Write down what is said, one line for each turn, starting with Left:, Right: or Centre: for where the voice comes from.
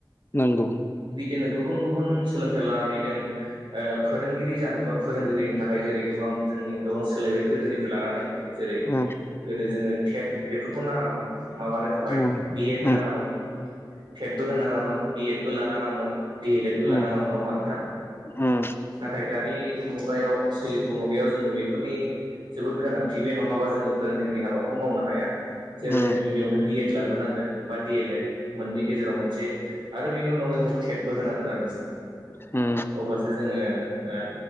Left: नोंगौ।
Right: दिनो गुबुन गुबुन सोलोंथाइ लानानै नों ओ फोरोंगिरि जानोबा फोरोंगिरिनि थाखाय जेरै गोबां जोंनि गोबां सोलायबाय गोदोनिफ्राय लानानै। जेरै
Left: उम
Right: गोदो जोङो टेट बेफोरखौ नाङामोन। माबानो थाखाय
Left: उम
Right: बि एद
Left: उम
Right: नाङामोन। टेटबो होनाङामोन बि एद बो लानाङामोन दि एल एडबो लानाङामोन।
Left: उम
Right: नङा होमबा नोंथां?
Left: उम
Right: नाथाय दानि मुगायाव सोलिफु मुगायाव जोंनो बेफोरनि जोबोद गोनांथि बे नङाबा जोङो फोरोंगिरिनि हाबाखौ मावनो हाया। <unintelligible> गिबियावनो
Left: उम
Right: बि एड लाग्रोनांगोन बा डि एल एड मोननै गेजेराव मोनसे आरो बिनि उनाव जोङो टेटबो होनांगोन आरो नोंथां।
Left: उम
Right: अब्लासो जोङो ओ